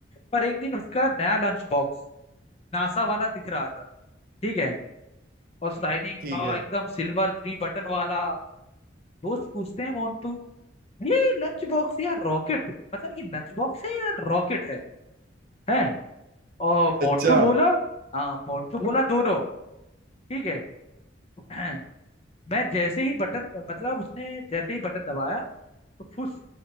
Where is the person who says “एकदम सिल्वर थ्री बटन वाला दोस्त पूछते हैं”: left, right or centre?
Left